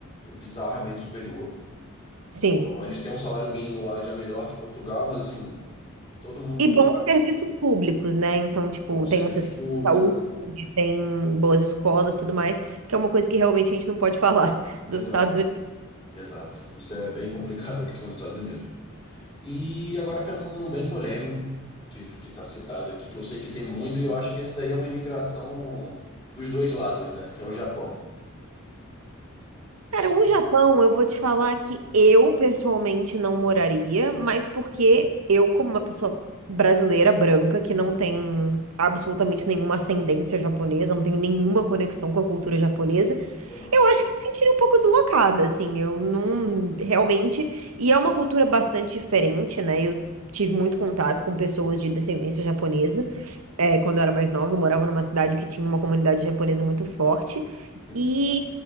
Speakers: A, on the left; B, on the right.
A: é bizarramente superior.
B: sim.
A: Então, eles têm um salário mínimo lá já melhor que Portugal, mas assim, todo mundo
B: E bons serviços públicos, né? Então, tipo,
A: bons
B: tem
A: serviços
B: um sistema
A: públicos.
B: de saúde, tem boas escolas, tudo mais, que é uma coisa que realmente a gente não pode <laughs> falar
A: Exato,
B: dos Estados Unidos.
A: exato. Isso é bem complicado a questão dos Estados Unidos. E agora pensando num bem polêmico, que que está citado aqui, que eu sei que tem muito, e eu acho que esse daí é uma imigração dos dois lados, né? Que é o Japão.
B: Cara,
A: Que...
B: o Japão, eu vou te falar que eu pessoalmente não moraria, mas porque eu, como uma pessoa brasileira, branca, que não tem absolutamente nenhuma ascendência japonesa, não tenho nenhuma conexão com a cultura japonesa,
A: Aham.
B: eu acho que me sentiria um pouco deslocada, assim, eu não realmente. E é uma cultura bastante diferente, né? Eu tive muito contato com pessoas de descendência japonesa é, quando eu era mais nova, eu morava numa cidade que tinha uma comunidade japonesa muito forte.
A: Sim.
B: E